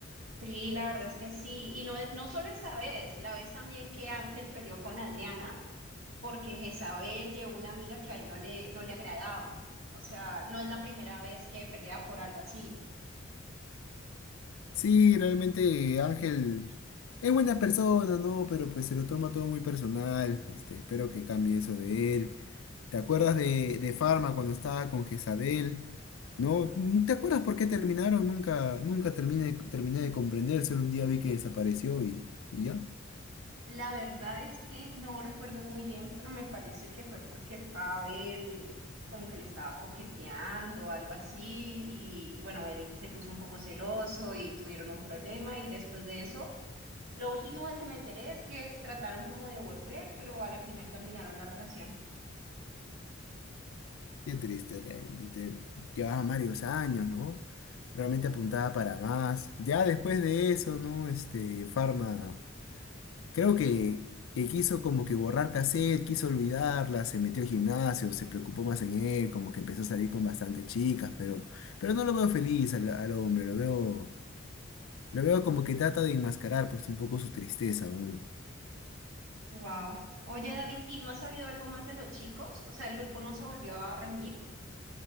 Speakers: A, on the right (about 75°); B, on the left (about 85°).
A: Sí, la verdad es que sí. Y no, no solo esa vez, la vez también que Ángel peleó con Adriana. porque Jezabel llevó una amiga que a él no le, no le agradaba. O sea, no es la primera vez que pelea por algo así.
B: Sí, realmente Ángel es buena persona, ¿no? Pero pues se lo toma todo muy personal. Este, espero que cambie eso de él. ¿Te acuerdas de, de Farma cuando estaba con Jezabel? ¿No? Mm, ¿Te acuerdas por qué terminaron? Nunca, nunca terminé, terminé de comprender. Solo un día vi que desapareció y, y ya.
A: La verdad es que no recuerdo muy bien, pero me parece que fue porque Pavel como que le estaba coqueteando o algo así y, y bueno, él se puso un poco celoso y tuvieron un problema y después de eso, lo último de que me enteré es que trataron como de volver, pero a la final terminaron la relación.
B: Qué triste, realmente. Llevaba varios años, ¿no? Realmente apuntaba para más. Ya después de eso, ¿no? Este, Farma. Creo que, que quiso como que borrar cassette, quiso olvidarla, se metió al gimnasio, se preocupó más en él, como que empezó a salir con bastantes chicas, pero, pero no lo veo feliz al, al hombre, lo veo, lo veo como que trata de enmascarar pues un poco su tristeza aún.
A: Wow. Oye, David, ¿y no has sabido algo más de los chicos? O sea, el grupo no se volvió a reunir.